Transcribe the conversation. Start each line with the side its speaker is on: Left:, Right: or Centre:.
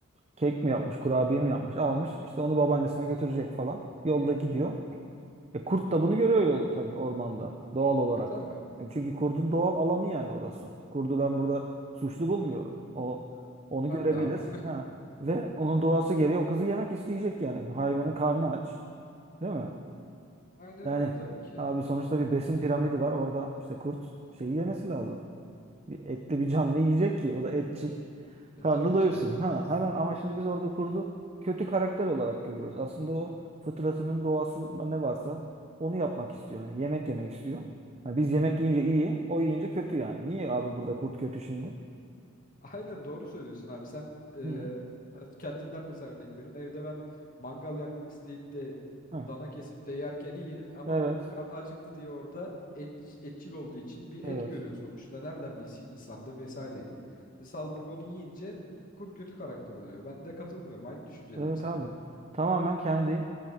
Right: kek mi yapmış, kurabiye mi yapmış, almış. İşte onu babaannesine götürecek falan. Yolda gidiyor. E, kurt da bunu görüyor yol tabii ormanda doğal olarak.
Left: E tabii.
Right: E, çünkü kurdun doğal alanı yani orası. Kurdu ben burada suçlu bulmuyorum. O onu
Left: Ben
Right: görebilir.
Left: de abi.
Right: Ha. Ve onun doğası gereği o kızı yemek isteyecek yani. Hayvanın karnı aç, değil mi?
Left: <laughs> Aynen
Right: Yani
Left: öyle tabii ki.
Right: abi sonuçta bir besin piramidi var. Orada işte kurt şeyi yemesi lazım. Bir etli bir canlı yiyecek ki o da etçil.
Left: E
Right: Karnını
Left: tabii
Right: doyursun.
Left: ki de.
Right: Ha hemen ama şimdi biz orada kurdu kötü karakter olarak görüyoruz. Aslında o fıtratının doğasında ne varsa onu yapmak istiyor. Hani yemek yemek istiyor. Hani biz yemek yiyince iyi, o yiyince kötü yani. Niye abi burada kurt kötü şimdi?
Left: Aynen doğru söylüyorsun abi. Sen e,
Right: Hı.
Left: ben kendimden mesela örnek vereyim. Evde ben mangal yakmak isteyip de
Right: Ha.
Left: dana kesip de yerken iyi ama
Right: Evet.
Left: kurt karnı acıktı diye orada et, etçil olduğu için bir et
Right: Evet.
Left: görüyor sonuçta. Nereden bilsin insandı vesaireydi. E, saldırıp onu yiyince e, kurt kötü karakter oluyor. Ben de katılmıyorum. Aynı düşüncedeyim
Right: Evet
Left: seninle
Right: abi.
Left: abi.
Right: Tamamen kendi